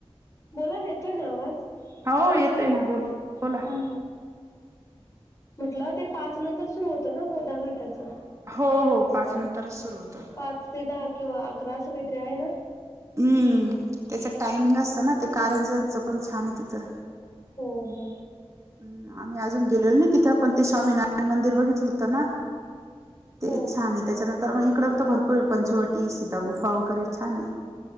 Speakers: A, on the left; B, on the right.
A: बोला ना येतोय ना आवाज
B: हो येतोय
A: हॅलो?
B: ना बोल बोला
A: हम्म. म्हटलं ते पाच नंतर सुरू होतं ना गोदा घाटाचं?
B: हो हो पाच नंतरच सुरू होतं.
A: पाच ते दहा किंवा अकरा असं काहीतरी आहे ना?
B: हम्म त्याचं टायमिंग असतं ना ते कारंज्यांच पण छान आहे तिथं.
A: हो हो.
B: अम्म आम्ही अजून गेलेलो नाही तिथं पण ते स्वामी नारयण मंदिर बघितलो हो त ना ते
A: हो
B: छान
A: हो
B: आहे त्याच्यानंतर मग इकडं तर भरपूर आहे पंचवटी, सीता गुफा वगैरे छान आहे.